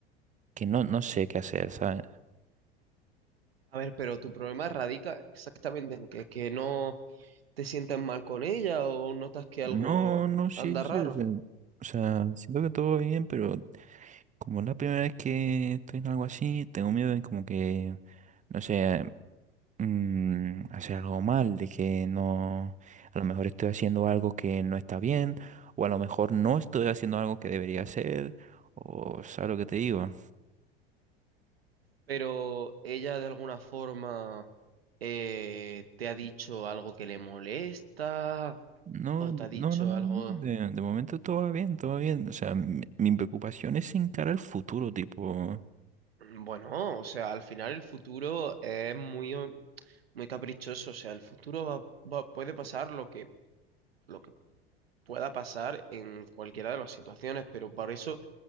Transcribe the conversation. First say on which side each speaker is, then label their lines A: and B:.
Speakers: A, on the right; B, on the right.
A: que no, no sé qué hacer, ¿sabes?
B: A ver, pero tu problema radica exactamente en que, que no te sientes mal con ella o notas que
A: No,
B: algo
A: no, sí,
B: anda
A: sí,
B: raro,
A: o sea, o sea, siento que todo va bien, pero como es la primera vez que estoy en algo así, tengo miedo de como que, no sé, mm, hacer algo mal, de que no, a lo mejor estoy haciendo algo que no está bien, o a lo mejor no estoy haciendo algo que debería hacer, o sabes lo que te digo.
B: pero ella de alguna forma eh, te ha dicho algo que le molesta
A: No,
B: o te
A: de-
B: ha dicho
A: no, no, no,
B: algo...
A: no, de, de momento todo va bien, todo va bien, o sea, mi, mi preocupación es encarar el futuro, tipo,
B: Bueno, o sea, al final el futuro es muy, muy caprichoso, o sea, el futuro va, va- puede pasar lo que, lo que pueda pasar en cualquiera de las situaciones, pero por eso